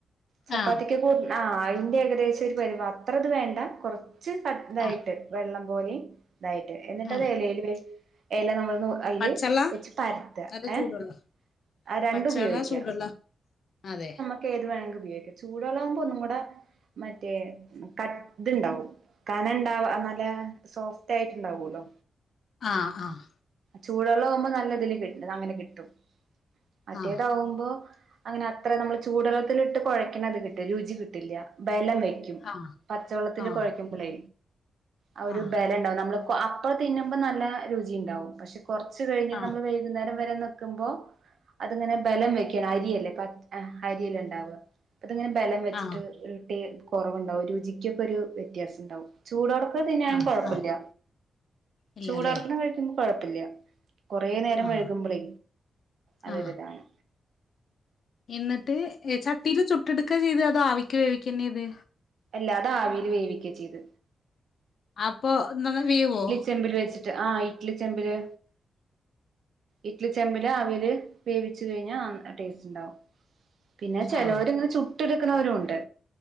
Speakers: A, on the right (about 70°); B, on the left (about 60°).
A: ചപ്പാത്തിക്ക്കൂ
B: ആ
A: ആഹ് അയിന്റെ ഏകദേശ ഒരു പരിവം അത്ര ഇത് വേണ്ട കൊറച്ച് കട്ട് ഇതായിട്ട്
B: ആ
A: വെള്ളം പോലേം ഇതായിട്ട് എന്നിട്ട്
B: ആ
A: അത് എലയില് വെച്ച് എല നമ്മള് നൂർ അയില്
B: പച്ചള്ള
A: വെച്ച് പരത്താ
B: അത്
A: ഏഹ്
B: ചൂടുള്ള
A: ആ രണ്ടും
B: പച്ചള്ള
A: ഉപയോഗിക്കാ
B: ചൂടുള്ള അതെ
A: <unintelligible> ഏത് വേണെങ്കി ഉപയോഗിക്കാം ചൂടുവെള്ളാവുമ്പോ ഒന്നും കൂടെ മറ്റേ കട്ട് ഇത്ണ്ടാവും കന ഇണ്ടാവ ആഹ് നല്ല സോഫ്റ്റായിട്ടുണ്ടാവോല്ലോ
B: ആഹ് ആഹ്
A: ചൂടള്ളാവുമ്പോ നല്ലതില് കിട്ടും അങ്ങനെ കിട്ടും മറ്റേതാവുമ്പോ
B: ആ
A: അങ്ങനെ അത്ര നമ്മള് ചൂടള്ളത്തിലിട്ട് കൊഴക്ക്ണ അത് കിട്ട രുചി കിട്ടില്ല ബലം വെക്ക് റ്റും
B: ആ
A: പച്ചവെള്ളത്തില്
B: ആ
A: കൊഴക്കുമ്പളെ അ ഒരു
B: ആ
A: ബലം നമ്മള് കൊ അപ്പോ തിന്നുമ്പോ നല്ല രുചിയിണ്ടാവും പക്ഷെ കൊറച്ച് കഴിഞ്ഞ്
B: ആ
A: നമ്മള് വെയ് യ്കുന്നേരം വരെ നിക്കുമ്പോ അത്ങ്ങനെ ബലം വെക്കാണ് അരിയല്ലേ പച്ച് ആഹ് അരിയല്ലെണ്ടാവാ അത്ങ്ങനെ ബലം വെച്ചിട്ട്
B: ആ
A: ഏ ട്ടെ കൊറവുണ്ടാവും രുചിക്കൊക്കൊരു വ്യത്യാസണ്ടാവും ചൂടോട്ക്ക തിന്നാൻ
B: ആ
A: കൊഴപ്പി
B: ആ
A: ല്ല
B: ഇല്ലല്ലേ
A: ചൂടോട്ക്കണ കഴിക്കുമ്പോ കൊഴപ്പി ല്ല കൊറേ നേരം
B: ആ
A: വഴുകുമ്പളേ അതൊരുതാണ്
B: ആ എന്നിട്ട് ഏ ചട്ടീല് ചുട്ടെടുക്കാ ചെയ്തെ അതോ ആവിക്ക് വേവിക്കെന്നെയ്ത്
A: അല്ലാതാവീല് വേവിക്കേം ചെയ്ത്
B: അപ്പൊ എന്ന <unintelligible> വേവോ
A: <inaudible> ആഹ് ഇഡ്ലി ചെമ്പില് ഇഡ്ലി ചെമ്പില് ആവീല് വേവിച്ച് കഴിഞ്ഞാ ആം ടേസ്റ്റ് ണ്ടാവും പിന്നെ ചിലോര്ങ്ങനെ
B: ആ
A: ചുട്ടെടുക്കുണോരുണ്ട്